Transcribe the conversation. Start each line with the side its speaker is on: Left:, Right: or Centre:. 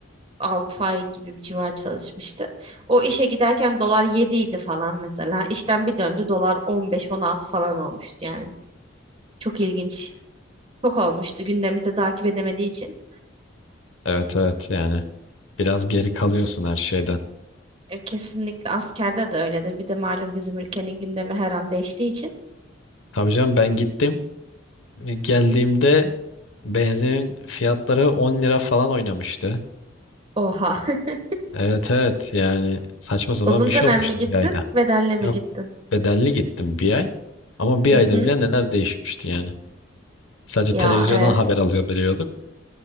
Right: 6 ay gibi bir civar çalışmıştı. O işe giderken dolar 7 idi falan mesela. İşten bir döndü dolar on beş on 16 falan olmuştu yani. Çok ilginç. Çok olmuştu gündemi de takip edemediği için.
Left: Evet evet yani biraz geri kalıyorsun her şeyden.
Right: E, kesinlikle askerde de öyledir. Bir de malum bizim ülkenin gündemi her an değiştiği için.
Left: Tabii canım ben gittim. E, Geldiğimde benzinin fiyatları 10 lira falan oynamıştı.
Right: Oha. <laughs>
Left: Evet evet yani saçma sapan
Right: Uzun
Left: bir şey
Right: dönem
Left: olmuştu
Right: mi gittin?
Left: bir ayda.
Right: Bedelli mi
Left: Yok
Right: gittin?
Left: bedelli gittim bir ay. Ama bir
Right: Hı
Left: ayda
Right: hı.
Left: bile neler değişmişti yani. Sadece
Right: Ya
Left: televizyondan
Right: evet.
Left: haber alıyor biliyorduk.